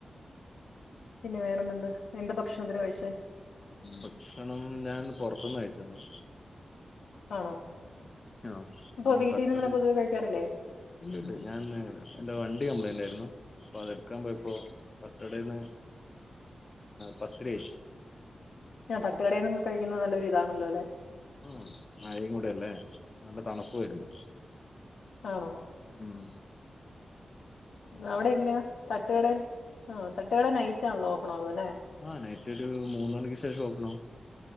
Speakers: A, on the left; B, on the left.
A: പിന്നെ വേറെന്തുണ്ട് എന്താ ഭക്ഷണത്തിന് കയിച്ചേ
B: ഭക്ഷണം ഞാൻ പൊറത്ത്ന്ന് കയിച്ചന്ന്
A: ആണോ
B: ആ
A: ഇപ്പൊ
B: ഇന്ന്
A: വീട്ടീന്ന്
B: തട്ട്കടേൽ
A: അങ്ങനെ പൊതുവെ കഴിക്കാറില്ലേ
B: ണ്ട് ണ്ട് ഞാൻ എന്റെ വണ്ടി കംപ്ലൈൻ്റായിരുന്നു അപ്പൊ അതെടുക്കാൻ പോയപ്പോ തട്ടടേന്ന് പത്തിരിഅയിച്ച്
A: ങാ തട്ടുകടയിന്ന് കഴിക്കുന്ന നല്ലൊരിതാ ണല്ലേലെ
B: ആ മഴയും കൂടെ ല്ലേ നല്ല തണുപ്പ് വരുന്നു
A: ആണോ
B: മ്
A: അവിടെ എങ്ങനെയാ തട്ടുകടേൽ ആ തട്ടുകട നൈറ്റ് ആണല്ല ഓപ്പണാവുക
B: ആ നൈറ്റ് റ്റൊരു മൂന്ന് മണിക്ക് ശേഷം ഒപ്പണാവും.